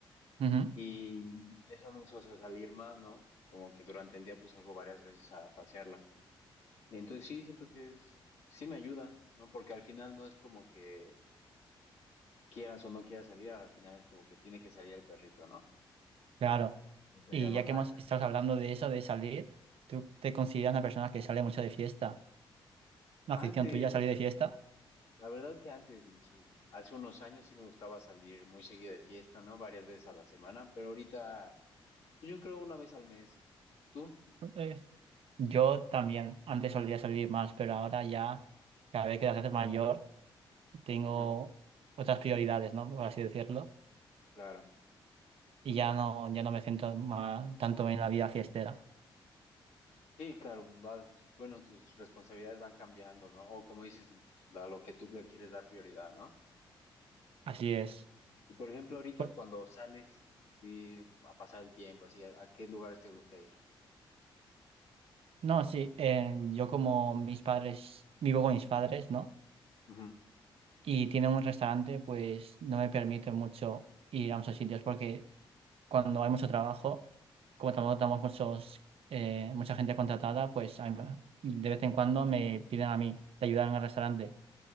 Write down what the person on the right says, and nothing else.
Ujú,
claro.
Y
ya
que hemos estado hablando de eso, de salir, ¿tú te consideras una persona que sale mucho de fiesta? Una
afición tuya, salir de fiesta.
Eh, yo también, antes solía salir más, pero ahora ya, cada vez que te haces mayor, tengo
otras prioridades, ¿no? Por así decirlo.
Y ya no, ya no me centro ma- tanto en la vida fiestera.
Así es.
Por-
No, sí, eh, yo como mis padres, vivo con mis padres, ¿no?
Y tienen un restaurante, pues no me permite mucho ir a muchos sitios porque cuando hay mucho trabajo, como tampoco damos muchos, eh, mucha gente contratada, pues a mí- de vez en cuando me piden a mí de ayudar en el restaurante.